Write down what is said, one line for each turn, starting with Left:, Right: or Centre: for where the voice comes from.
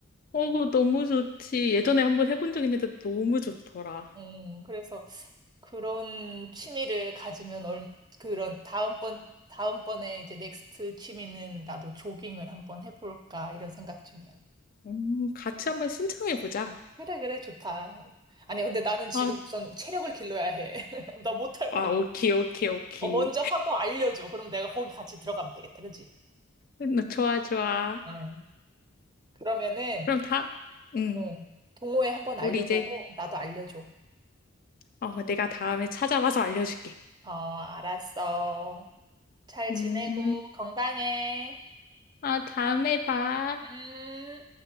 Left: 어, 그거 너무 좋지. 예전에 한번 해본 적 있는데 너무 좋더라.
Right: 음, 그래서 그런 취미를 가지면 얼, 그런 다음번, 다음번에 이제 넥스트 취미는 나도 조깅을 한번 해볼까 이런 생각 중이야.
Left: 음, 같이 한번 신청해보자.
Right: 그래, 그래, 좋다. 아니야, 근데 나는 지금
Left: 아,
Right: 우선 체력을 길러야 해. <laughs> 나 못할 것
Left: 아, 오케이, 오케이, 오케이.
Right: 어, 먼저 하고 알려줘. 그럼 내가 거기 같이 들어가면 되겠다, 그치?
Left: 음, 좋아, 좋아.
Right: 어. 그러면은,
Left: 그럼 다, 응,
Right: 어, 동호회 한번 알려보고,
Left: 우리 이제,
Right: 나도 알려줘.
Left: 어, 내가 다음에 찾아봐서 알려줄게.
Right: 어, 알았어. 잘
Left: 음,
Right: 지내고, 건강해.
Left: 아, 다음에 봐.
Right: 음.